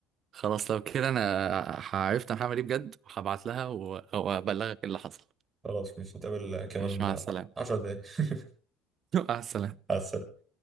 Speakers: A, on the right (about 45°); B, on the right (about 25°).
A: خلاص لو كده انا عرفت انا هعمل ايه بجد هبعت لها و- وابلغك اللي حصل
B: خلاص ماشي نتقابل كمان
A: ماشي مع السلامة
B: 10 دقايق <laughs>
A: <laughs> مع السلامة
B: على السلامه